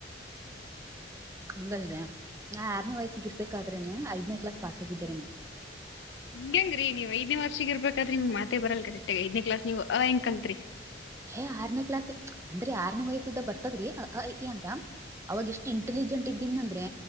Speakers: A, on the right; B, on the left.
A: <unintelligible> ಹಂಗಲ್ರೀ ನಾ ಆರನೇ ವಯಸ್ಸಿಗೆ ಇರ್ಬೇಕಾದ್ರೆ ನ ಐದನೇ ಕ್ಲಾಸ್ ಪಾಸ್ ಆಗಿದ್ದೇರ ನಾ
B: ಹಂಗ್ರೀ ಎಂಗ್ರಿ ನೀವು ಐದನೇ ವರ್ಷ ಇರ್ಬೇಕಾದ್ರೀ ನಿಮ್ ಮಾತೆ ಬರಲ್ಲ ಕರೆಕ್ಟಗ ಐದನೇ ಕ್ಲಾಸ್ ನೀವು ಅವಾಗ ಎಂಗ್ ಕಲಿತ್ರಿ
A: ಏ ಆರ್ನೇ ಕ್ಲಾಸ್ ಅಂದ್ರೆ ಆರನೇ ವಯಸ್ಸಿದ್ದ ಬರ್ತದ್ರಿಂತ ಅವಾಗ ಇಷ್ಟು ಇಂಟೆಲಿಜೆಂಟ್ ಇದೀವ್ ಅಂದ್ರೆ